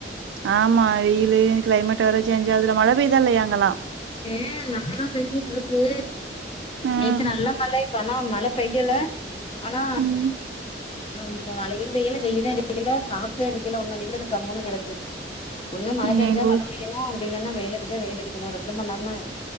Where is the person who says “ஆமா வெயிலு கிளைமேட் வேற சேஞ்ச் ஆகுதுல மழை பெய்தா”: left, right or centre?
Right